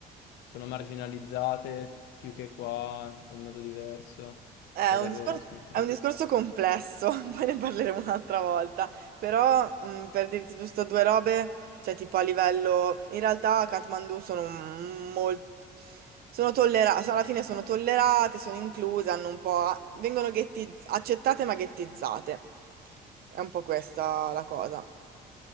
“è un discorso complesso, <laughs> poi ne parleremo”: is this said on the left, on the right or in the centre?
Right